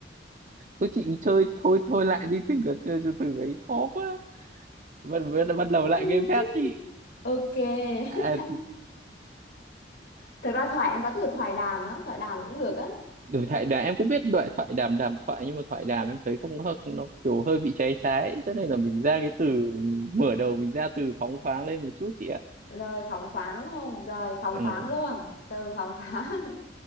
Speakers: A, on the right; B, on the left.
A: cứ chị chơi thôi thôi lại đi từng cái chơi cho từ ấy khó quá bắt bắt bắt đầu lại
B: <laughs>
A: game khác đi
B: Ok.
A: à,
B: <laughs> Thực ra Thoại em có từ thoại đàm á, thoại đàm cũng được á.
A: đối thoại đàm em cũng biết đối thoại đàm đàm thoại nhưng mà thoại đàm em thấy không hợp nó kiểu hơi bị cháy trái cho nên là mình ra cái từ mở đầu mình ra từ phóng khoáng lên một chút chị ạ
B: Rồi phóng khoáng đúng không? Rồi phóng
A: ừ.
B: khoáng luôn. Từ phóng khoáng, <laughs>